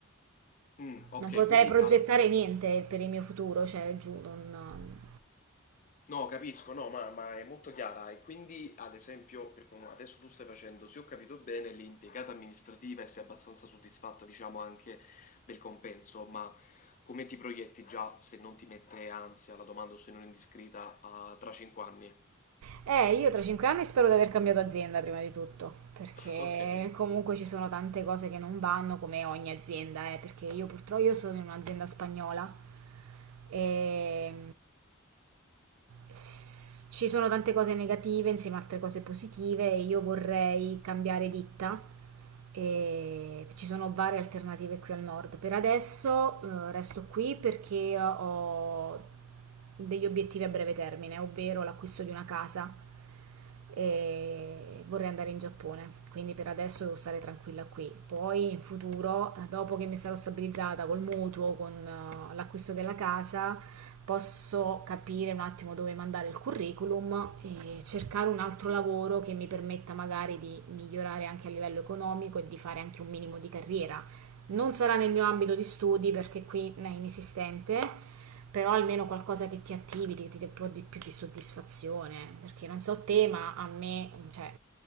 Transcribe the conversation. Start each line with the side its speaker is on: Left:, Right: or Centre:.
Left: Mm, ok,
Right: Non potrei
Left: quindi
Right: progettare
Left: allo-
Right: niente per il mio futuro, cioè giù non...
Left: No, capisco, no, ma, ma è molto chiara. E quindi, ad esempio, per come adesso tu stai facendo, se ho capito bene, l'impiegata amministrativa e sei abbastanza soddisfatta, diciamo, anche del compenso, ma come ti proietti già se non ti mette ansia la domanda o se non è indiscreta a- tra cinque anni?
Right: Eh, io tra cinque anni spero di aver cambiato azienda prima di tutto, perché
Left: <laughs> Ok,
Right: comunque ci sono tante cose che non vanno come ogni azienda, eh, perché io purtroppo io sono in un'azienda spagnola e s- ci sono tante cose negative insieme a altre cose positive e io vorrei cambiare ditta e ci sono varie alternative qui al nord. Per adesso eh, resto qui perché ho degli obiettivi a breve termine, ovvero l'acquisto di una casa e vorrei andare in Giappone, quindi per adesso devo stare tranquilla qui. Poi in futuro, dopo che mi sarò stabilizzata col mutuo, con eh, l'acquisto della casa, posso capire un attimo dove mandare il curriculum e cercare un altro lavoro che mi permetta magari di migliorare anche a livello economico e di fare anche un minimo di carriera. Non sarà nel mio ambito di studi perché qui è inesistente, però almeno qualcosa che ti attivi, che ti dà un po' di più di soddisfazione, perché non so te, ma a me, cioè,